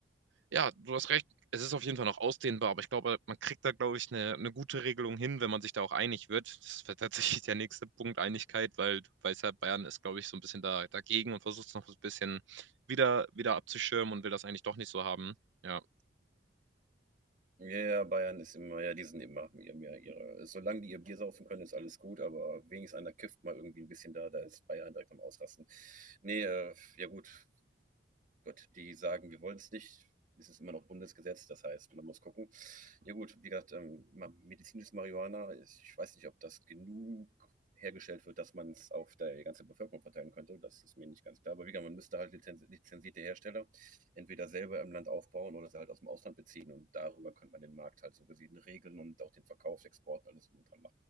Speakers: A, on the right; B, on the right.
A: ja, du hast recht es ist auf jeden Fall noch ausdehnbar, aber ich glaube, man kriegt da, glaube ich, eine, eine gute Regelung hin, wenn man sich da auch einig wird. Das wäre tatsächlich der nächste Punkt, Einigkeit, weil du weißt ja, Bayern ist, glaube ich, so ein bisschen da, dagegen und versucht es noch so ein bisschen wieder, wieder abzuschirmen und will das eigentlich doch nicht so haben. Ja,
B: Ja, ja, Bayern ist immer, ja, die sind immer ja, mehr ihre. Solange die ihr Bier saufen können, ist alles gut, aber wenigstens einer kifft mal irgendwie ein bisschen da, da ist Bayern direkt am Ausrasten. Nee, äh, ja gut, Gott, die sagen, wir wollen es nicht, ist es immer noch Bundesgesetz, das heißt, man muss gucken. Ja gut, wie gesagt, ähm, medizinisches Marihuana, ich weiß nicht, ob das genug hergestellt wird, dass man es auf der ganzen Bevölkerung verteilen könnte, das ist mir nicht ganz klar. Aber wie gesagt, man müsste halt lizenzierte Hersteller entweder selber im Land aufbauen oder sie halt aus dem Ausland beziehen und darüber könnte man den Markt halt so gesehen regeln und auch den Verkauf, Export, alles drum und dran